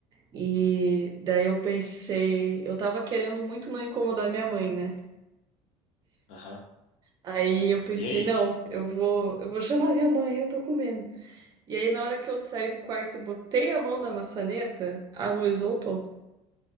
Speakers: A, on the right (about 35°); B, on the left (about 65°).
A: E daí eu pensei, eu tava querendo muito não incomodar minha mãe, né?
B: Aham.
A: Aí eu pensei,
B: E aí?
A: não,
B: O
A: eu vou, eu vou chamar minha mãe, eu tô com medo. E aí na hora que eu saí do quarto e botei a mão na maçaneta, a luz voltou.